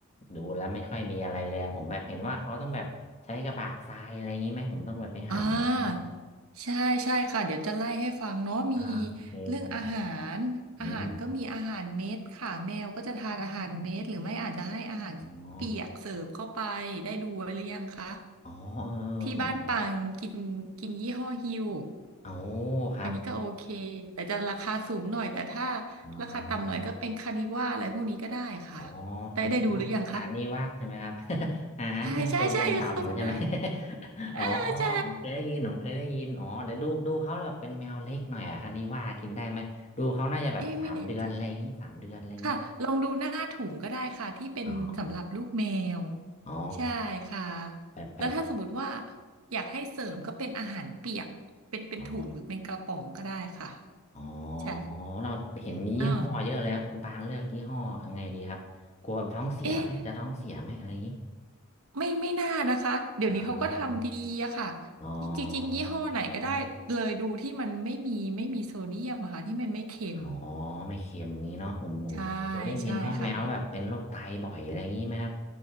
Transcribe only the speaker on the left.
ดูแล้วไม่ค่อยมีอะไรเลยอะผมแบบเห็นว่าเขาต้องแบบใช้กระบะทรายอะไรอย่างนี้ไหมผมต้องแบบไปหาอะไรอย่างนี้
อ่าโอเคโอเคครับ
อืมอ๋ออ๋อเออเหมือน
โอ้ครับ
อ๋อ
อ๋อ
อานนี้ว่าอานนี้ว่าใช่ไหมครับ <laughs> อาหารแมวโซเดียมต่ำใช่ไหม
<laughs> อ๋อ
ผมเคยได้ยินผมเคยได้ยินอ๋อเดี๋ยวดูดูเขาแบบเป็นแมวเล็กหน่อยอะคันนี้ว่ากินได้ไหมดูเขาน่าจะแบบสามเดือนอะไรอย่างงี้สามเดือนอะไรเงี้ย
อ๋ออ๋อ
แบบแบบ
อ๋อ อ๋อ
เราเห็นมียี่ห้อเยอะเลยครับคุณปางเลือกยี่ห้อยังไงดีครับกลัวท้องเสียไหมจะท้องเสียไหมอะไรอย่างนี้
อ่าอ๋อ
อืออ๋อไม่เค็มงี้เนาะผมผมผมเคยได้ยินว่าแมวแบบเป็นโรคไตบ่อยอะไรอย่างนี้ไหมครับ